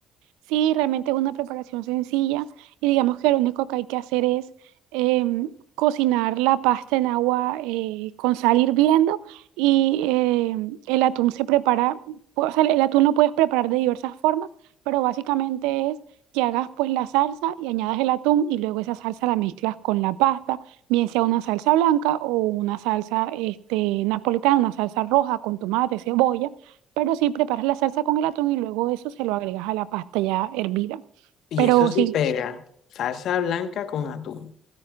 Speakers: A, on the right; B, on the left.
A: Sí, realmente es una preparación sencilla y digamos que lo único que hay que hacer es em, cocinar la pasta en agua eh, con sal hirviendo y em, el atún se prepara, pues, o sea, el atún lo puedes preparar de diversas formas, pero básicamente es que hagas pues la salsa y añadas el atún y luego esa salsa la mezclas con la pasta, bien sea una salsa blanca o una salsa este, napolitana, una salsa roja con tomate, cebolla pero sí, preparas la salsa con el atún y luego eso se lo agregas a la pasta ya hervida.
B: Y
A: Pero
B: eso sí
A: sí,
B: pega, salsa blanca con atún.